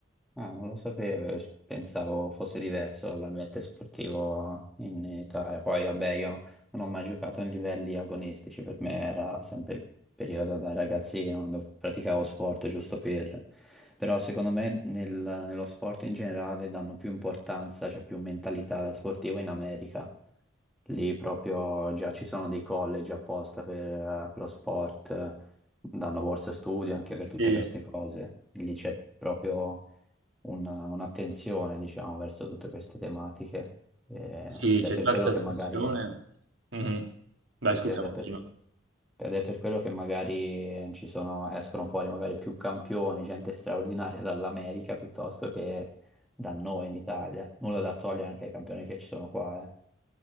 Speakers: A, in the centre; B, on the right.
A: Ah, non lo sapevo, io s- pensavo fosse diverso l'ambiente sportivo in Italia. Poi, vabbè, io non ho mai giocato in livelli agonistici, per me era sempre periodo da ragazzino, quando praticavo sport giusto per... Però secondo me nel- nello sport in generale danno più importanza, c'è più mentalità sportiva in America. Lì proprio già ci sono dei college apposta per, eh, per lo sport, eh, danno borse studio anche per tutte
B: Sì,
A: queste cose. Lì c'è proprio una- un'attenzione, diciamo, verso tutte queste tematiche. eh,
B: sì,
A: Ed
B: c'è
A: è per
B: tanta
A: quello che
B: attenzione.
A: magari,
B: Mhm. Dai,
A: sì,
B: scusa,
A: sì, ed
B: continua.
A: è per, ed è per quello che magari ci sono, escono fuori magari più campioni, gente straordinaria dall'America piuttosto che da noi in Italia. Nulla da togliere anche ai campioni che ci sono qua, eh.